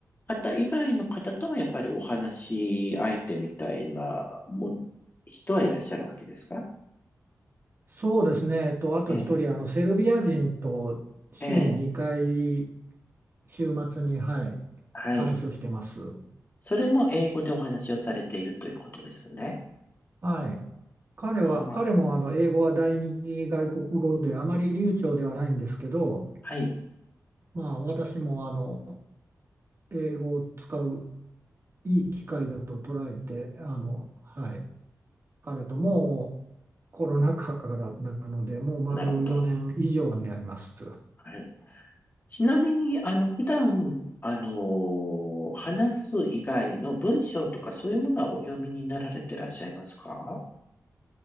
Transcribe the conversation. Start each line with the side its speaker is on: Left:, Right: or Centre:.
Left: 方以外の方ともやっぱりお話し相手みたいなもん、人はいらっしゃるわけですか
Right: そうですね、えっと、あと一人、
Left: ええ、
Right: あの、セルビア人と週に2回、
Left: ええ、
Right: 週末に、はい、
Left: はい。
Right: 話をしてます。
Left: それも英語でお話をされているということですね。
Right: はい。彼は、
Left: ああ、
Right: 彼もあの英語は第二外国語であまり流暢ではないんですけど、
Left: はい。
Right: まあ、私もあの英語を使ういい機会だと捉えて、あの、はい、彼ともうコロナ禍からなので、もう丸4年以上になります。
Left: なるほど。はい。ちなみに、あの、普段、あのー話す以外の文章とかそういうものはお読みになられてらっしゃいますか